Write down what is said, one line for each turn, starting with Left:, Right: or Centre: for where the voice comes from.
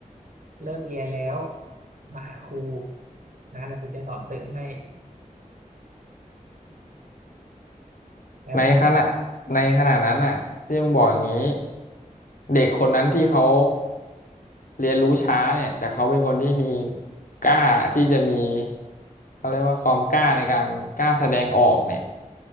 Right: เลิกเรียนแล้วมาหาครูนะแต่ครูจะสอนเสริมให้ได้ไหมเพื่อน
Left: ในขณะในขณะนั้นอ่ะที่มึงบอกอย่างนี้เด็กคนนั้นที่เขาเรียนรู้ช้าเนี่ยแต่เขาเป็นคนที่มีกล้าที่จะมีเขาเรียกว่าความกล้าในการกล้าแสดงออกเนี่ย